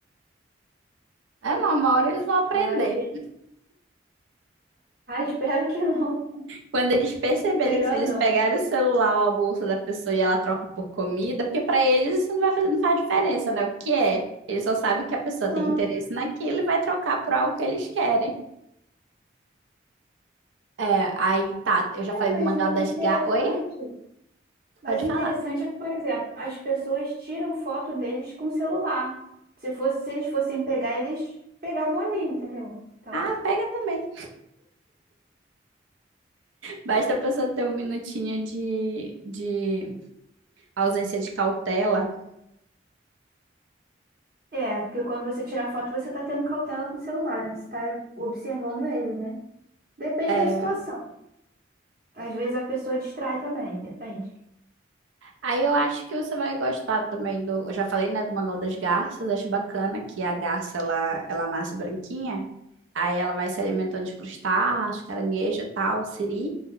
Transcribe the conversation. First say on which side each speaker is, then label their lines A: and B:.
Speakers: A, on the right; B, on the right.
A: É, mas uma hora eles vão aprender.
B: Agora, se Ah, espero que não.
A: Quando eles perceberem
B: <laughs> Melhor
A: que se eles
B: não.
A: pegarem o celular ou a bolsa da pessoa e ela troca por comida, porque pra eles isso não vai fazer, não faz diferença, né? O que é? Eles só sabem que a pessoa
B: Não.
A: tem interesse naquilo e vai trocar por algo que eles querem. É, aí tá, eu já
B: É,
A: falei
B: mas
A: do mangal
B: o
A: das
B: interessante,
A: gatas. Oi?
B: mas
A: Pode
B: o interessante
A: falar.
B: é que, por exemplo, as pessoas tiram foto deles com celular. Se fosse, se eles fossem pegar, eles pegavam ali, entendeu? Então,
A: Ah, pega também. Basta a pessoa ter um minutinho de, de ausência de cautela.
B: é, porque quando você tira foto, você tá tendo cautela com o celular, né? Você tá observando ele, né? Depende
A: É,
B: da situação. Às vezes a pessoa distrai também, depende.
A: Aí eu acho que você vai gostar também do. Eu já falei, né, do mangá das garças. Acho bacana que a garça ela, ela nasce branquinha. Aí ela vai se alimentando de crustáceos, caranguejo e tal, siri.